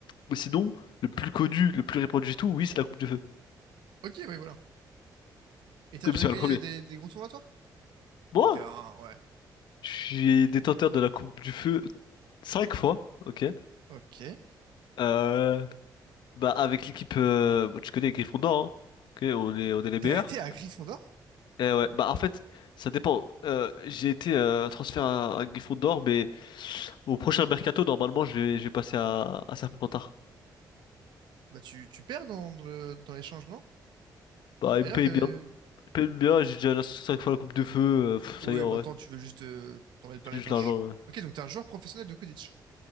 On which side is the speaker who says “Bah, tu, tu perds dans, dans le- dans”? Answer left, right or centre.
Right